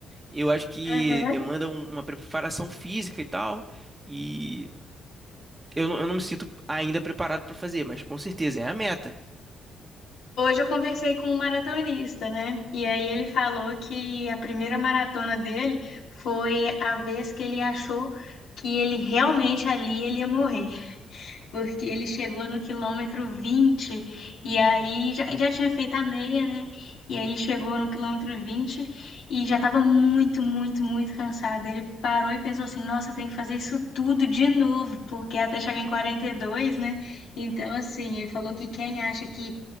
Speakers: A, on the right; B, on the left.
A: eu acho que
B: Aham.
A: demanda um- uma preparação física e tal, e eu, não- eu não me sinto ainda preparado para fazer, mas com certeza é a meta.
B: Hoje eu conversei com um maratonista, né? E aí ele falou que a primeira maratona dele foi a vez que ele achou que ele realmente ali ele ia morrer. porque ele chegou no quilômetro 20 e aí já, já tinha feito a meia, né? E aí ele chegou no quilômetro 20 e já estava muito, muito, muito cansado. Ele parou e pensou assim: nossa, eu tenho que fazer isso tudo de novo, porque é até chegar em 42, né? Então, assim, ele falou que quem acha que